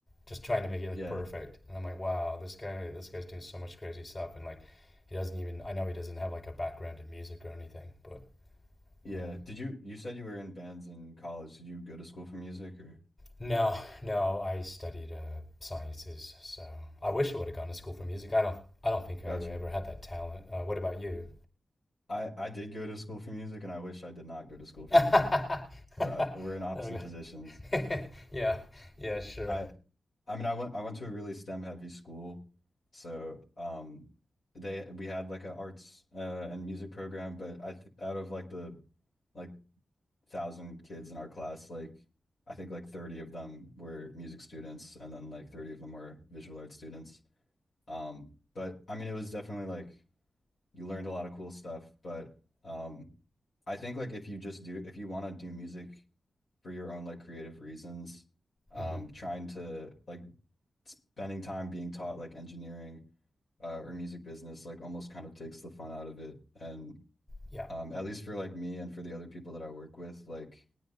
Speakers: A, on the left (about 45°); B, on the left (about 70°).
A: just trying to make it like
B: yeah
A: perfect. And I'm like, wow, this guy, this guy's doing so much crazy stuff, and like, he doesn't even. I know he doesn't have like a background in music or anything, but
B: Yeah.
A: um,
B: Did you you said you were in bands in college? Did you go to school for music or
A: No, no, I studied uh, sciences, so I wish I would have gone to school for music. I don't, I don't think I
B: gotcha?
A: ever had that talent. Uh, what about you?
B: I I did go to school for music and I wish I did not go to school
A: <laughs> There
B: for music. So I, we're in opposite
A: we go.
B: positions.
A: <laughs> Yeah, yeah, sure.
B: I I mean I went I went to a really STEM heavy school. So um they we had like an arts uh, and music program, but I th out of like the like thousand kids in our class, like I think like 30 of them were music students and then like 30 of them were visual arts students. Um, but I mean, it was definitely like you learned a lot of cool stuff, but um I think like if you just do if you want to do music for your own like creative reasons, um
A: hmm
B: trying to like spending time being taught like engineering uh, or music business like almost kind of takes the fun out of it. And
A: Yeah,
B: um at least for like me and for the other people that I work with, like